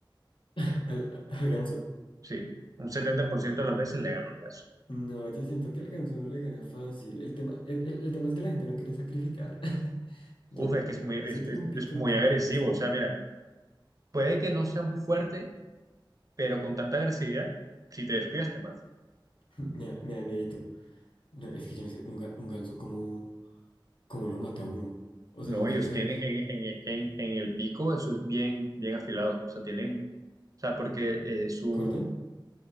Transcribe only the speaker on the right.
Sí, un 70% de las veces le gano un ganso.
Uf, es que es muy, es
es-
es muy
agresivo.
O sea, mira, puede que no sea muy fuerte, pero con tanta agresividad, si te descuidas, te mata.
No,
ellos
tienen en, en- en- en el pico, eso es bien, bien afilado. O sea, tienen, o sea, porque eh, su,